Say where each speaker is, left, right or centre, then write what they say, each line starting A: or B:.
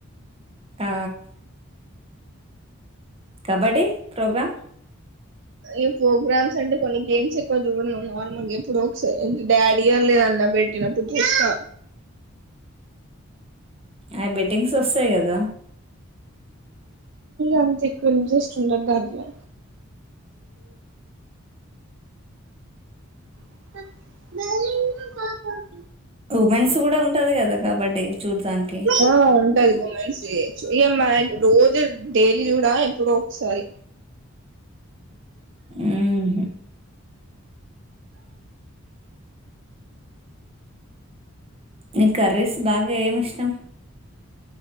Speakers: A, on the right; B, on the right.
A: ఆ కబడ్డీ ప్రోగ్రామ్
B: ఈ ప్రోగ్రామ్స్ అంటే కొన్ని గేమ్స్ ఎక్కువ చూడడం నార్మల్గా ఎప్పుడో ఒకసారి ఎంట డాడీ లేదన్నా పెట్టినప్పుడు చూస్తా
A: అ బెట టింగ్స్ వస్తాయి కదా
B: అంత ఎక్కువ ఇంట్రెస్ట్ ఉండదు దాంట్లో న
A: ఉమెన్స్ కూడా ఉంటది కదా కబడ్డీ డి చూద్దానికి
B: ఆ ఉంటది ఉమెన్స్ డే ఇ రోజు డైలీ చూడా ఎప్పుడో ఒకసారి
A: ఉహా నీ కర్రీస్ బాగా ఏమి ఇష్టం